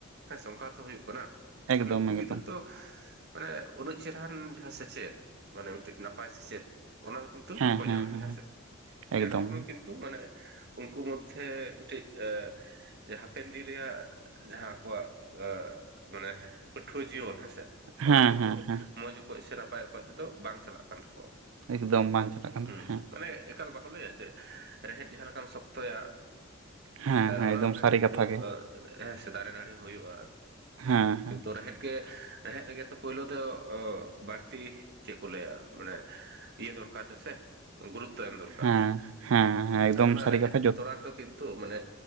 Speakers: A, on the right (about 55°); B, on the right (about 70°).
A: ᱦᱮᱸᱥᱮ ᱚᱱᱠᱟ ᱦᱚᱛᱚ ᱦᱩᱭᱩᱜ ᱠᱟᱱᱟ
B: ᱮᱠᱫᱚᱢ
A: ᱛᱟᱦᱞᱮ ᱩᱱᱠᱩ
B: ᱮᱠᱫᱚᱢ
A: ᱜᱤᱫᱽᱨᱟᱹ ᱫᱚ ᱢᱟᱱᱮ ᱩᱱᱟᱹᱜ ᱪᱮᱨᱦᱨᱟ ᱡᱟᱦᱟᱸ ᱥᱮᱪᱮᱫ ᱢᱟᱱᱮ ᱢᱤᱫᱴᱮᱱ ᱱᱟᱯᱟᱭ ᱥᱮᱪᱮᱫ ᱚᱱᱟ ᱫᱚ ᱠᱤᱱᱛᱩ
B: ᱦᱮᱸ
A: ᱵᱟᱠᱚ
B: ᱦᱮᱸ
A: ᱧᱟᱢ ᱮᱫᱟ
B: ᱦᱮᱸ
A: ᱦᱮᱸᱥᱮ
B: ᱮᱠᱫᱚᱢ
A: ᱡᱟᱨ ᱠᱟᱨᱚᱱ ᱠᱤᱱᱛᱩ ᱢᱟᱱᱮ ᱩᱱᱠᱩ ᱢᱚᱫᱽᱫᱷᱮ ᱢᱤᱫᱴᱤᱡ ᱮ ᱡᱮ ᱦᱟᱯᱮᱱ ᱫᱤᱱ ᱨᱮᱭᱟᱜ ᱡᱟᱦᱟᱸ ᱟᱠᱚᱣᱟᱜ ᱢᱟᱱᱮ ᱯᱟᱹᱴᱷᱩᱣᱟᱹ ᱡᱤᱭᱚᱱ ᱦᱮᱸᱥᱮ ᱚᱱᱟ
B: ᱦᱮᱸ
A: ᱠᱤᱱᱛᱩ
B: ᱦᱮᱸ ᱦᱮᱸ
A: ᱢᱚᱸᱡᱽ ᱚᱠᱚᱡ ᱥᱮ ᱱᱟᱯᱟᱭ ᱚᱠᱚᱡ ᱛᱮᱫᱚ ᱵᱟᱝ ᱪᱟᱞᱟᱜ ᱠᱟᱱ ᱛᱟᱠᱚᱣᱟ᱾
B: ᱮᱠᱫᱚᱢ ᱵᱟᱝ ᱪᱟᱞᱟᱜ ᱠᱟᱱ ᱛᱟᱵᱚᱱᱟ
A: ᱦᱩᱸ,
B: ᱦᱮᱸ
A: ᱢᱟᱱᱮ ᱮᱠᱟᱞ ᱵᱟᱠᱚ ᱞᱟᱹᱭᱟ ᱡᱮ ᱨᱮᱦᱮᱫ ᱡᱟᱦᱟᱸ ᱞᱮᱠᱟᱢ ᱥᱚᱠᱛᱚᱭᱟ,
B: ᱦᱮᱸ ᱦᱮᱸ
A: ᱚᱱᱟ
B: ᱮᱠᱫᱚᱢ
A: ᱞᱮᱠᱟ
B: ᱥᱟᱹᱨᱤ
A: ᱜᱮ ᱠᱤᱱᱛᱩ
B: ᱠᱟᱛᱷᱟ
A: ᱦᱮᱸ ᱥᱮ ᱫᱟᱨᱮ ᱱᱟᱹᱲᱤ ᱦᱚᱸ ᱦᱩᱭᱩᱜᱼᱟ᱾
B: ᱦᱮᱸ ᱦᱮᱸ
A: ᱠᱤᱱᱛᱩ ᱨᱮᱦᱮᱫ ᱜᱮ ᱨᱮᱦᱮᱫ ᱨᱮᱜᱮ ᱛᱚ ᱯᱩᱭᱞᱩ ᱫᱚ ᱵᱟᱹᱲᱛᱤ ᱪᱮᱜ ᱠᱚ ᱞᱟᱹᱭᱟ, ᱢᱟᱱᱮ ᱤᱭᱟᱹ ᱫᱚᱨᱠᱟᱨ ᱫᱚ ᱥᱮ ᱜᱩᱨᱩᱛᱛᱚ ᱮᱢ ᱫᱚᱨᱠᱟᱨ,
B: ᱦᱮᱸ ᱦᱮᱸ ᱦᱮᱸ
A: ᱛᱟᱦᱚᱞᱮ
B: ᱮᱠᱫᱚᱢ
A: ᱚᱱᱟ
B: ᱥᱟᱹᱨᱤ
A: ᱨᱮᱦᱮᱫ
B: ᱠᱟᱛᱷᱟ ᱡᱚᱛ
A: ᱛᱚᱨᱟ ᱫᱚ ᱠᱤᱱᱛᱩ ᱢᱟᱱᱮ